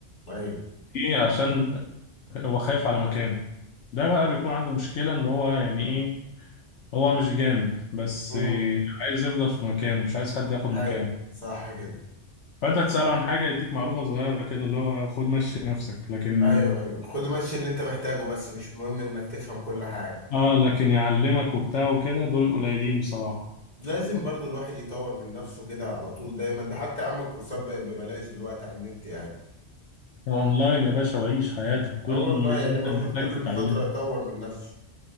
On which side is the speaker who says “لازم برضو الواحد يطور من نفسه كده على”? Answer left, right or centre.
Left